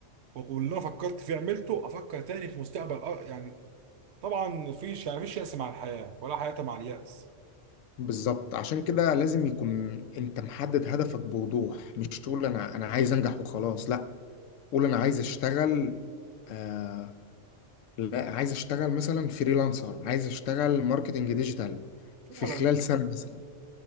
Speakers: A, on the right; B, on the left.
A: واللي انا فكرت فيه عملته افكر تاني في مستقبل أ- يعني طبعا مفيش يعني مفيش يأس مع الحياة ولا حياة مع اليأس
B: بالظبط عشان كده لازم يكون انت محدد هدفك بوضوح مش تقول انا انا عايز انجح وخلاص لا قول انا عايز اشتغل آه... لا عايز اشتغل مثلا فريلانسر عايز اشتغل ماركتنج ديجيتال
A: فعلا
B: في خلال سنة مثلا